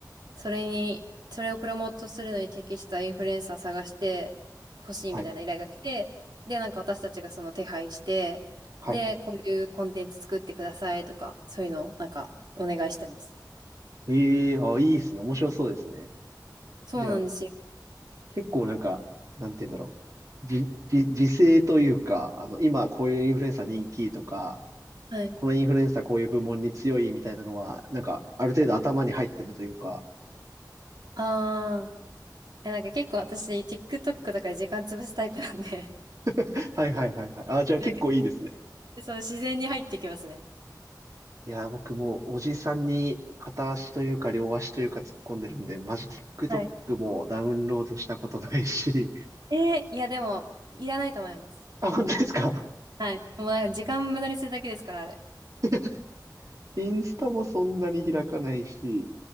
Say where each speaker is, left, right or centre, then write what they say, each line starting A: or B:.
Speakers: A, on the right; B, on the right.
A: それに、それをプロモートするのに適したインフルエンサー探してほしいみたいな依頼が来て、
B: はい。
A: で、なんか私たちがその手配して、
B: はい。
A: で、こういうコンテンツ作ってくださいとか、そういうのをなんかお願いしてます。
B: ええー、あ、いいですね。面白そうですね。
A: そうなんですよ。
B: じゃあ、結構なんか、なんて言うんだろう。じ、じ、時勢というか、あの、今こういうインフルエンサー人気とか、
A: はい。
B: このインフルエンサーこういう部門に強いみたいなのは、なんか、ある程度頭に入ってるというか。
A: あー、え、なんか結構私 TikTok とかで時間潰すタイプなんで、
B: <laughs> はいはいはいはい。あ、
A: <laughs>
B: じゃあ結構いいですね。
A: なんか、そう自然に入ってきますね。
B: いやー、僕もうおじさんに片足というか両足というか突っ込んでるんで、マジ TikTok
A: はい
B: もダウンロードしたことないし。
A: えーいやでも、いらないと思います。
B: <laughs> あ、本当ですか
A: はい。もうなんか時間無駄にするだけですから、あれ。
B: <laughs> インスタもそんなに開かないし、